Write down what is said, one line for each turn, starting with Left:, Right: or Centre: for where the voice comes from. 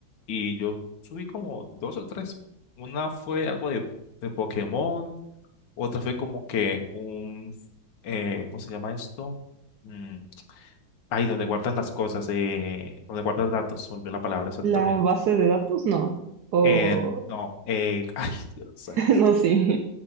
Left: Y yo subí como dos o tres. Una fue algo de, de Pokémon, otra fue como que un, eh, ¿cómo se llama esto? Mm, ahí donde guardas las cosas, eh, donde guardas datos, se me olvidó la palabra exactamente.
Right: ¿La base de datos? No. O
Left: Eh, no, eh, <laughs> ay, Dios, santo.
Right: <laughs> no sé.